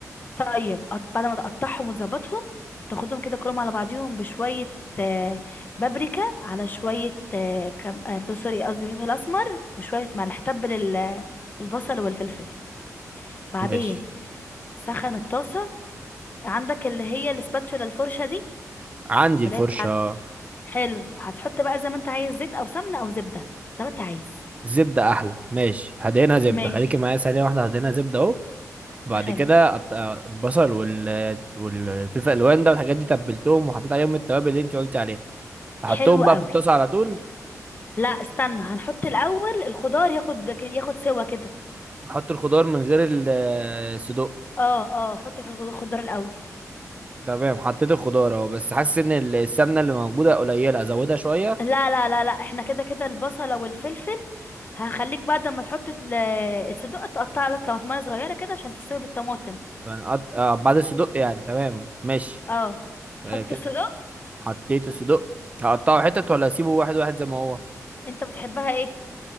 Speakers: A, on the left; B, on the right.
A: طيب قط- بعد ما تقطعهم وتظبطهم تاخدهم كده كلهم على بعضيهم بشوية آه، بابريكا على شوية آه، كم... آه، سوري قصدي فلفل أسمر وشوية ملح تبل ال- آه، البصل والفلفل بعدين
B: ماشي
A: سخن الطاسة عندك اللي هي الاسباتشولا الفرشة دي
B: عندي
A: اللي
B: الفرشة
A: هي بتاعت حلو هتحط بقى زي ما انت عايز زيت أو سمنة أو زبدة زي ما انت عايز
B: زبدة أحلى ماشي هدينا زبدة
A: ماشي
B: خليكي معايا ثانية واحدة هدينا زبدة أهو بعد
A: حلو
B: كده قط- البصل وال والفلفل الألوان ده والحاجات دي تبلتهم وحطيت عليهم التوابل اللي أنت قلتي عليها أحطهم
A: حلو
B: بقى
A: قوي
B: في الطاسة على طول
A: لا استنى هنحط الاول الخضار ياخد ياخد سوا كده
B: أحط الخضار من غير ال- الصدوق
A: اه اه حط الخض- الخضار الاول
B: تمام حطيت الخضار اهو بس حاسس ان ال- السمنه اللي موجوده قليله ازودها شويه
A: لا لا لا لا احنا كده كده البصلة والفلفل هخليك بعد ما تحط ال- الصدق تقطع لك طماطمية صغيرة كده عشان تستوي بالطماطم
B: يعني أقط... آه بعد الصدق يعني تمام ماشي
A: اه حط
B: آه كده
A: الصدق
B: حطيت الصدق هقطعه حتت ولا اسيبه واحد واحد زي ما هو
A: انت بتحبها ايه